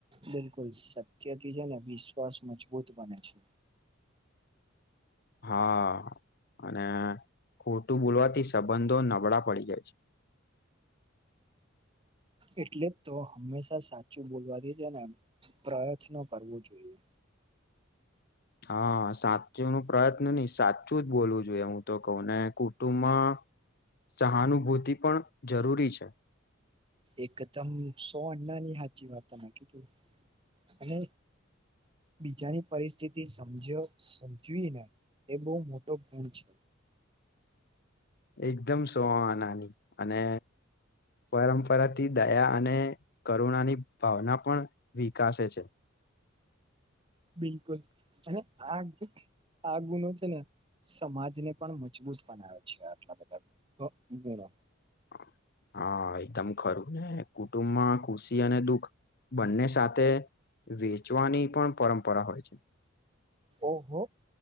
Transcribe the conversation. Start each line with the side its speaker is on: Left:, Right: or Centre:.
Right: બિલકુલ સત્યથી છે ને વિશ્વાસ મજબૂત બને છે.
Left: હા. અને ખોટું બોલવાથી સંબંધો નબળા પડી જાય છે. <inaudible>
Right: એટલે તો હંમેશા સાચું બોલવાથી છે ને પ્રયત્નો કરવો જોઈએ.
Left: <inaudible> હા સાચું નું પ્રયત્ન ની સાચું જ બોલવું જોઈએ હું તો કહું ને કુટુંબમાં સહાનુભૂતિ પણ જરૂરી છે.
Right: એકદમ સોણનાની સાચી વાત તમે કીધી અને બીજાની પરિસ્થિતિ સમજ્યો સમજવી ને એ બો મોટો ગુણ છે.
Left: એકદમ સોઆનાની અને પરંપરાથી દયા અને કરુણાની ભાવના પણ વિકાસે છે.
Right: બિલકુલ અને આ આ ગુનો છે ને સમાજને પણ મજબૂત બનાવે છે આટલા બધા ગ ગુણો
Left: <inaudible> હા એકદમ ખરું ને કુટુંબમાં ખુશી અને દુઃખ બંને સાથે વેચવાની પણ પરંપરા હોય છે.
Right: ઓ હો